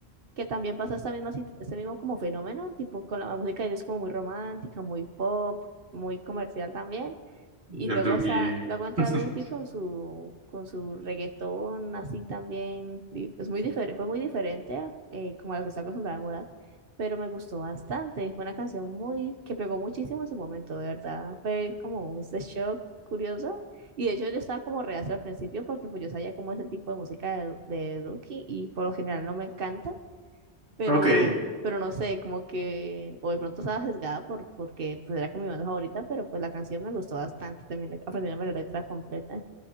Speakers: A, on the right; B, on the right.
A: que también pasa esta misma, sit- este mismo como fenómeno, tipo con la música de ellos como muy romántica, muy pop, muy comercial también.
B: Y
A: Y luego
B: el Duki.
A: está, luego entra
B: <laughs>
A: Duki con su, con su reggaetón, así también, di- es muy diferente, fue muy diferente a, eh, como a lo que está acostumbrada Morat, pero me gustó bastante, fue una canción muy, que pegó muchísimo en su momento, de verdad, fue como un shock curioso, y de hecho yo estaba como reacia al principio, porque pues yo sabía cómo es el tipo de música de, de Duki, y por lo general no me encanta, pero,
B: Ok.
A: pero no sé, como que, o de pronto estaba sesgada por, porque pues era con mi banda favorita, pero pues la canción me gustó bastante, también aprendiéndome la letra completa.